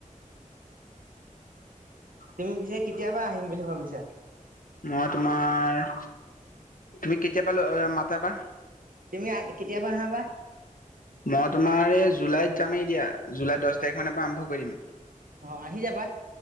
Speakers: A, on the right (about 85°); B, on the left (about 80°).
A: তুমি পিছে কেতিয়াবা আহিম বুলি ভাবিছা?
B: মই তোমাৰ তুমি কেতিয়াবা মাতাবা।
A: তুমি কেতিয়াবা আহা বা।
B: মই তোমাৰ এই জুলাইত যামেই এ দিয়া জুলাই দশ তাৰিখ মানৰ পৰা আৰম্ভ কৰি দিম।
A: অ আহি যাবা